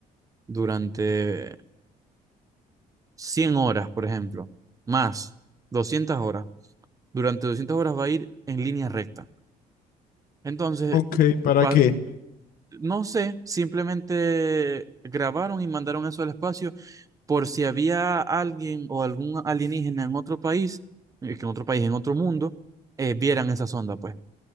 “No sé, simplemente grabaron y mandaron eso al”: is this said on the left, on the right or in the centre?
Right